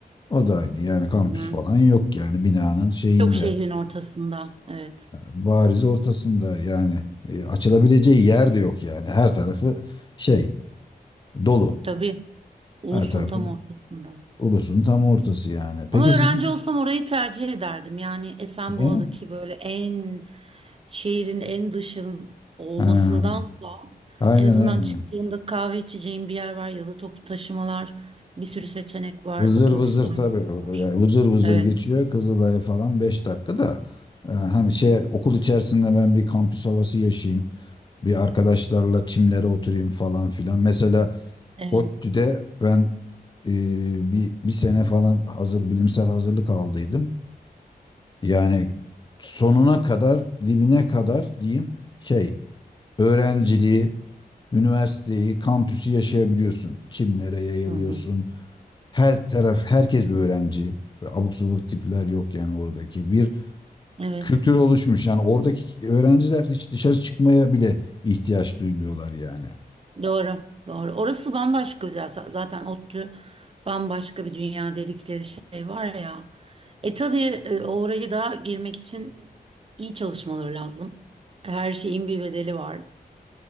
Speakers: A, on the left; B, on the right.
A: O da aynı. Yani kampüs
B: Hı hı.
A: falan yok yani binanın şeyinde
B: Çok Yani şehrin ortasında. Evet.
A: bariz ortasında yani e, açılabileceği yer de yok yani her tarafı şey dolu
B: Tabii. Ulus'un
A: her tarafı
B: tam ortasında.
A: ulusun tam ortası yani peki
B: Ama
A: siz
B: öğrenci olsam orayı tercih ederdim. Yani Esenboğa'daki
A: ne?
B: böyle en şehrin en dışın olmasındansa
A: Ha, aynen
B: en azından
A: aynen
B: çıktığımda kahve içeceğim bir yer var ya da toplu taşımalar bir sürü seçenek var.
A: vızır
B: Otobüs
A: vızır
B: var.
A: tabii
B: metro var.
A: yani vızır vızır
B: Evet.
A: geçiyor Kızılay'a falan 5 dakika da e, hani şey okul içerisinde ben bir kampüs havası yaşayayım bir arkadaşlarla çimlere oturayım falan filan mesela
B: Evet.
A: ODTÜ'de ben e, bir, bir sene falan hazır bilimsel hazırlık aldıydım Yani sonuna kadar, dibine kadar diyeyim şey, öğrenciliği, üniversiteyi, kampüsü yaşayabiliyorsun. Çimlere yayılıyorsun.
B: Hı hı.
A: Her taraf, herkes bir öğrenci. Ve abuk subuk tipler yok yani oradaki. Bir
B: Evet.
A: kültür oluşmuş. Yani oradaki öğrenciler hiç dışarı çıkmaya bile ihtiyaç duymuyorlar yani.
B: Doğru, doğru. Orası bambaşka güzel. Z- Zaten ODTÜ bambaşka bir dünya dedikleri şey var ya. E tabii e, oraya da girmek için iyi çalışmaları lazım. Her şeyin bir bedeli var.